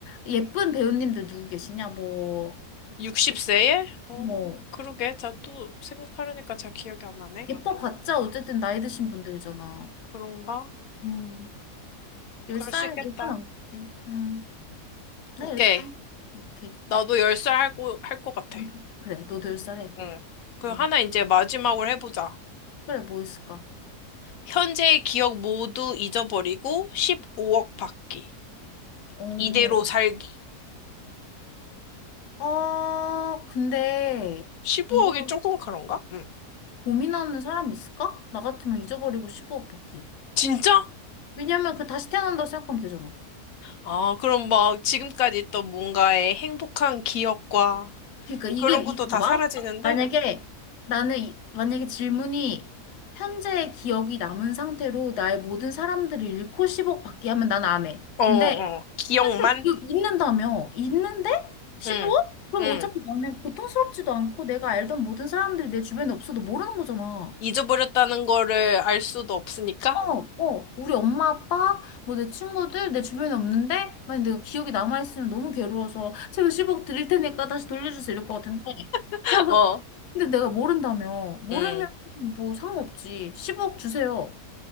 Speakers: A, on the left; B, on the left.
A: 예쁜 배우님들 누구 계시냐? 뭐,
B: 60세에?
A: 예,
B: 어,
A: 뭐,
B: 그러게. 자, 또 생각하려니까 잘 기억이 안 나네.
A: 예뻐봤자 어쨌든 나이 드신 분들이잖아.
B: 그런가?
A: 음. 10살,
B: 그럴 수 있겠다.
A: 10살 안 같아. 응. 나
B: 오케이.
A: 10살. 오케이.
B: 나도 10살 할 거, 할 것 같아.
A: <laughs> 그래, 너도 10살 해.
B: 응. 그
A: 응.
B: 하나 이제 마지막으로 해보자.
A: 그래, 뭐 있을까?
B: 현재의 기억 모두 잊어버리고 15억 받기.
A: 오.
B: 이대로 살기.
A: 아, 근데
B: 15억이
A: 이걸
B: 조금 그런가? 응.
A: 고민하는 사람 있을까? 나 같으면 잊어버리고 1오억 받기.
B: 진짜?
A: 왜냐면 그 다시 태어난다 생각하면 되잖아.
B: 아, 그럼 막 지금까지 있던 뭔가의 행복한 기억과
A: 그러니까 이게
B: 그런 것도
A: 이게
B: 다
A: 봐봐.
B: 사라지는데?
A: 만약에 나는 이- 만약에 질문이 현재의 기억이 남은 상태로 나의 모든 사람들을 잃고 10억 받기 하면 난 안 해.
B: 어,
A: 근데
B: 어, 어. 기억만?
A: 현재 기억 있는다며 있는데 1억
B: 응,
A: 그럼
B: 응.
A: 어차피 나는 고통스럽지도 않고 내가 알던 모든 사람들이 내 주변에 없어도 모르는 거잖아.
B: 잊어버렸다는 거를 알 수도 없으니까?
A: 어, 어, 우리 엄마, 아빠, 뭐 내 친구들, 내 주변에 없는데, 만약 내가 기억이 남아있으면 너무 괴로워서, 제가 10억 드릴 테니까 다시 돌려주세요. 이럴 것 같은데.
B: <laughs>
A: <laughs>
B: 어,
A: 근데 내가 모른다며. 모르면
B: 응.
A: 뭐 상관없지. 10억 주세요.